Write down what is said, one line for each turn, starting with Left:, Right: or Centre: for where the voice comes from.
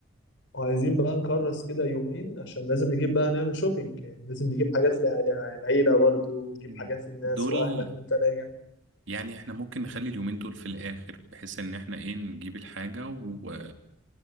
Left: وعايزين بقى نكرس كده يومين عشان لازم نجيب بقى نعمل شوبينج يعني لازم نجيب حاجات لع- لع- العيلة برضو نجيب
Right: <laughs>
Left: حاجات للناس
Right: دول
Left: وأهلك وأنت راجع
Right: يعني احنا ممكن نخلي اليومين دول في الآخر بحيث ان احنا ايه نجيب الحاجة و...